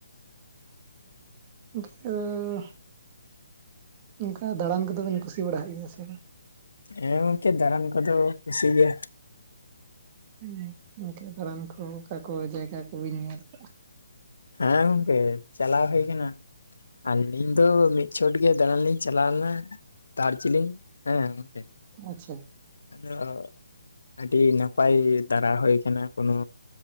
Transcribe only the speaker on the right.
<unintelligible> ᱚᱱᱠᱟ ᱫᱟᱬᱟᱱ ᱠᱚᱫᱚ ᱵᱤᱱ ᱠᱩᱥᱤ ᱵᱟᱲᱟᱜ ᱜᱮᱭᱟ ᱥᱮ ᱵᱟᱝ?
ᱦᱮ <unintelligible> ᱠᱟ ᱫᱟᱬᱟᱱ ᱠᱚ ᱚᱠᱟ ᱠᱚ ᱡᱟᱭᱜᱟ ᱠᱚᱵᱤᱱ ᱧᱮᱞ ᱟᱠᱟᱫᱟ
ᱟᱪᱪᱷᱟ